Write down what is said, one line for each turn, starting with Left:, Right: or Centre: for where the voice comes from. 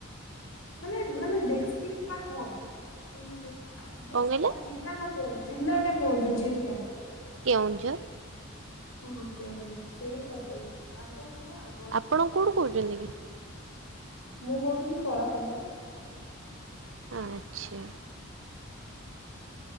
Left: ମାନେ ମାନ ଦିଷ୍ଟିକ ଟା କହନ୍ତୁ, ଅ ଜିଲ୍ଲା
Right: କଣ କହିଲେ
Left: ଜିଲ୍ଲା ଟା କୁହନ୍ତୁ ଜିଲ୍ଲା ଟା କୁହନ୍ତୁ ଜିଲ୍ଲା?
Right: କେଉଁଝର।
Left: ଓହ କେଉଁଝର ସେଇଟା ପଚାରୁଚି।
Right: ଆପଣ କୋଉଠୁ କହୁଛନ୍ତି କି?
Left: ମୁଁ କହୁଥିଲି କଳାହାଣ୍ଡିରୁ।
Right: ଆଚ୍ଛା।